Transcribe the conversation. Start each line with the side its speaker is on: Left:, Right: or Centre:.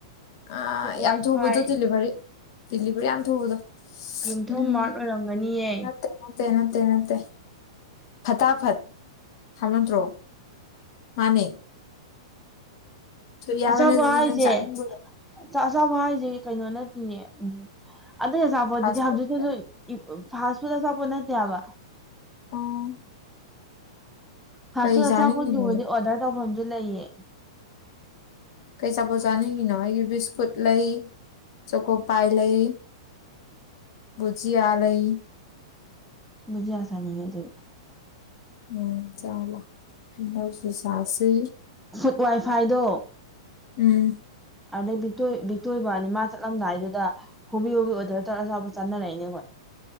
Left: ꯑ
Centre: ꯐꯨꯗ
Left: ꯌꯥꯝ
Centre: ꯋꯥꯏ
Left: ꯊꯨꯕꯗꯣ
Centre: ꯐꯥꯏ
Left: ꯗꯤꯂꯤꯚꯔꯤ ꯗꯤꯂꯤꯚꯔꯤ ꯌꯥꯝ ꯊꯨꯕꯗꯣ
Centre: ꯌꯨꯝꯊꯣꯡ
Left: ꯎꯝ
Centre: ꯃꯥꯔꯠ ꯑꯣꯏꯔꯝꯒꯅꯤꯌꯦ
Left: ꯅꯠꯇꯦ ꯅꯠꯇꯦ ꯅꯠꯇꯦ ꯅꯠꯇꯦ ꯐꯠꯇꯥ ꯐꯠ ꯅꯠꯇ꯭ꯥꯔꯣ ꯃꯥꯅꯦ ꯊꯨ ꯌꯥꯕꯅꯦ
Centre: ꯑꯆꯥꯄꯣꯠ
Left: ꯑꯗꯨꯗꯤ
Centre: ꯍꯥꯏꯖꯦ
Left: ꯅꯪ ꯆꯥꯅꯤꯡꯕꯗꯣ
Centre: ꯑꯆꯥ ꯑꯆꯥꯄꯣꯠ ꯍꯥꯏꯁꯦ ꯀꯩꯅꯣ ꯅꯠꯇꯤꯌꯦ ꯎꯝ ꯑꯇꯩ ꯑꯆꯥꯄꯣꯠꯗꯨꯗꯤ
Left: ꯐꯥꯁ
Centre: ꯍꯧꯖꯤꯛꯇꯤ
Left: ꯐꯨꯗꯇ
Centre: ꯐꯥꯁ ꯐꯨꯗ ꯑꯆꯥꯄꯣꯠ ꯅꯠꯇꯦ ꯍꯥꯏꯕꯥ
Left: ꯎꯝ
Centre: ꯐꯥꯁ
Left: ꯀꯩ
Centre: ꯐꯨꯗ ꯑꯆꯥꯄꯣꯠ
Left: ꯆꯥꯅꯤꯡꯉꯤꯅꯣ
Centre: ꯗꯨꯕꯨꯗꯤ
Left: ꯅꯪ
Centre: ꯑꯣꯔꯗꯔ ꯇꯧꯐꯝꯗꯨ ꯂꯩꯌꯦ
Left: ꯀꯩ ꯆꯥꯄꯣꯠ ꯆꯥꯅꯤꯡꯉꯤꯅꯣ ꯑꯩꯒꯤ ꯕꯤꯁꯀꯨꯠ ꯂꯩ ꯆꯣꯀꯣ ꯄꯥꯏ ꯂꯩ ꯕꯨꯖꯤꯌꯥ ꯂꯩ
Centre: ꯕꯨꯖꯤꯌꯥ ꯆꯥꯅꯤꯡꯉꯦ ꯑꯗꯨꯗꯤ
Left: ꯎꯝ ꯆꯥꯎꯂꯥꯎ ꯍꯩꯅꯧꯁꯨ ꯆꯥꯁꯤ
Centre: ꯐꯨꯗ ꯋꯥꯏꯐꯥꯏꯗꯣ
Left: ꯎꯝ
Centre: ꯑꯗꯨꯗꯩ ꯕꯤꯛꯇꯣꯏꯕꯅꯤ ꯃꯥ ꯆꯠꯂꯝꯗꯥꯏꯗꯨꯗ ꯍꯣꯕꯦ ꯍꯣꯕꯦ ꯑꯣꯗꯔ ꯇꯧꯔꯒꯥ ꯑꯥꯆꯥꯄꯣꯠ ꯆꯥꯅꯥꯔꯛꯏꯅꯦ ꯈꯣꯏ